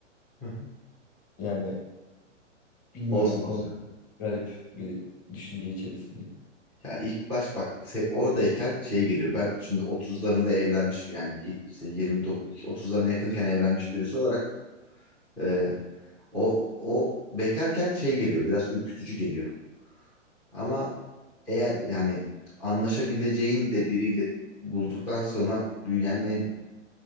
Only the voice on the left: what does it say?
yani bilmiyorum
o
konuda garip bir düşünce içerisindeyim. <laughs>